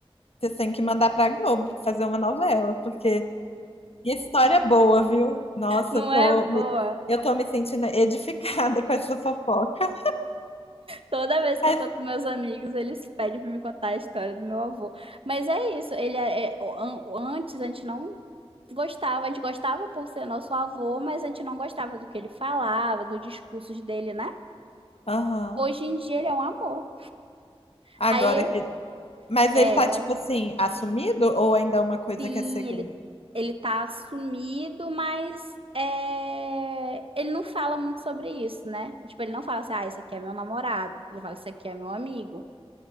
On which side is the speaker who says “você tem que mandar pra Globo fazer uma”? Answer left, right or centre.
Left